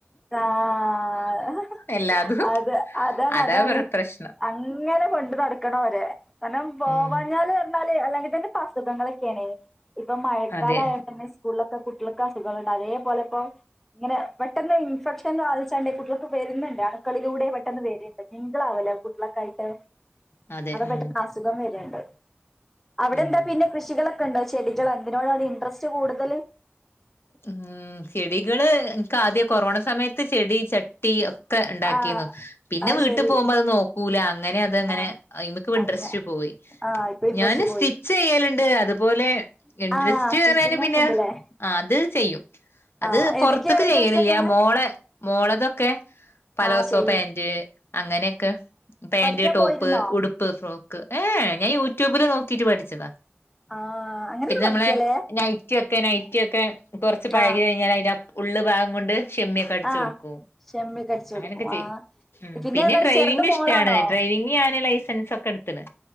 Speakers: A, in the centre; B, on the left.
A: ആഹ്
B: എല്ലാതും
A: അത് അതാണ്
B: അതാ
A: അതാണ്
B: പ്ര പ്രശ്നം
A: അങ്ങനെ കൊണ്ട് നടക്ക ക്കണ വരെ കാരണം പോവാഞ്ഞാല്
B: ഉം
A: ല് അല്ലെങ്കതിന്റെ അസുഖങ്ങളൊക്കെയാണ് ഇപ്പൊ മഴക്കാല
B: അതെ
A: ആയൊണ്ടെന്നെ തന്നെ സ്കൂളിലക്കെ കുട്ട ക്കെ സുഖാണ് അതേപോലെ ഇപ്പോ ഇങ്ങനെ പെട്ടെന്ന് ഇൻഫെക്ഷൻ ബാധിച്ചണ്ടേ കുട്ടികൾക്ക് വരുന്നുണ്ട് അണക്കളിലൂടെ പെട്ടെന്ന് വരുണ്ട് നിങ്ങളാവല്ലോ കുട്ടികളക്കായിട്ട്
B: അതെ
A: അവിടെ
B: ഉം
A: പെട്ട അസുഖം വര ഞങ്ങൾ അവിടെന്താ
B: ഉം
A: പിന്നെ കൃഷികളെ ഉണ്ടോ ചെടികളോ എന്തിനോടാണ് ഇൻട്രസ്റ്റ് കൂടുതൽ
B: ഉം ചെടികള് എനിക്ക് ആദ്യ കൊറോണ സമയത്ത് ചെടി ചട്ടി ക്കെ ഉണ്ടാക്കീന്നു
A: ആ
B: പിന്നെ
A: അത്
B: വീട്ടിൽ
A: ശരി
B: പോകുമ്പോ അത് നോക്കൂല അങ്ങനെ അങ്ങനെക്ക്
A: ആ
B: ഇൻട്രസ്റ്റ്
A: അങ്ങ
B: പോയി
A: ആ ഇപ്പൊ ഇൻട്രസ്റ്റ്
B: ഞാന് സ്റ്റിച്ച്
A: പോയി
B: ചെയ്യലുണ്ട് അതുപോലെ ഇൻ്രസ്റ്റ്
A: ആഹ് സ്റ്റിച്ചിങ്
B: പിന്നെ
A: ഒക്കെ ഉണ്ട്ല്ലേ
B: അത് ചെയ്യും അത്
A: ആഹ്
B: പുറത്തക്ക്
A: ഏതൊക്കെയ ഐറ്റംസ്
B: ചെയ്യണില്ല
A: ഒക്കെ
B: മോള മോളതൊക്കെ പലാസോ
A: ആഹ് ചെയ്യും
B: പാന്റ് അങ്ങയൊക്കെ പെ പാന്റ്
A: പഠിക്കാൻ
B: ടോപ്പ്
A: പോയിരുന്നോ
B: ഉടുപ്പ് ഫ്രോക്ക് ഏഹ ഞാൻ യൂട്യൂബില് നോക്കിട്ട് പഠിച്ചതാ
A: ആ അങ്ങനെയൊക്കെ
B: പിന്നെ നമ്മളെ
A: പഠിക്കല്ലേ
B: നൈറ്റി ഒക്കെ നൈറ്റി ഒക്കെ കുറച്ച് പഴകി
A: ആഹ്
B: കഴിഞ്ഞാ അതിന്റെ ഉള്ള് ഭാഗം കൊണ്ട് ഷിമ്മിയൊക്കെ അടിച്ച്
A: ആഹ്
B: കൊടുക്കും
A: ഷെമ്മി ഒക്കെ അടിച്ചു
B: അങ്ങനെയൊക്കെ
A: കൊടുക്കും
B: ചെയ്യും
A: ആഹ്
B: പിന്നെ
A: പറഞ്ഞാല്
B: ഡ്രൈവിംഗ്
A: ചെറുത്
B: ഇഷ്ടാണ്
A: മോളാണോ
B: ഡ്രൈവിംഗ് ഞാന് ലൈ സെൻസ് ഒക്കെ എടുത്തിന്